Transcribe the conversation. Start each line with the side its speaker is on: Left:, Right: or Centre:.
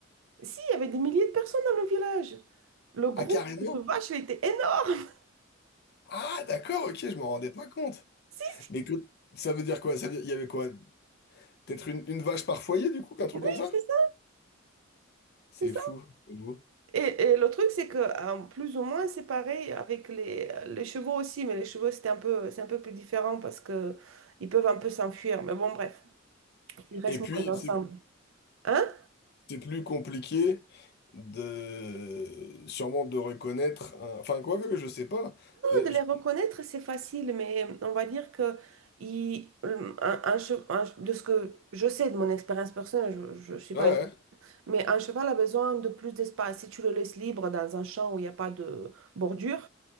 Right: si, il y avait des milliers de personnes dans le village. Le groupe
Left: Ah carrément?
Right: de vaches, il était énorme. <laughs>
Left: Ah d'accord, ok, je m'en rendais pas compte.
Right: Si, si,
Left: Mais que- ça veut dire quoi? Ça veut dire il y avait quoi? Peut-être une, une vache par foyer du coup, un truc
Right: oui,
Left: comme ça?
Right: c'est ça,
Left: C'est
Right: c'est ça.
Left: fou, j'avoue.
Right: Et, et le truc, c'est que hein, plus ou moins, c'est pareil avec les, euh, les chevaux aussi, mais les chevaux, c'était un peu, c'est un peu plus différent parce que ils peuvent un peu s'enfuir. Mais bon, bref, ils restent
Left: Et
Right: moins
Left: puis
Right: ensemble.
Left: c'est
Right: Hein?
Left: c'est plus compliqué de sûrement de reconnaître, un- enfin quoi que je sais pas. Je-
Right: De les
Left: je-
Right: reconnaître, c'est facile, mais on va dire que il un, un che- un de ce que je sais de mon expérience personnelle, je ne suis
Left: Ouais,
Right: pas une... Mais un cheval a besoin de plus d'espace. Si tu le laisses libre dans un champ où il n'y a pas de bordure,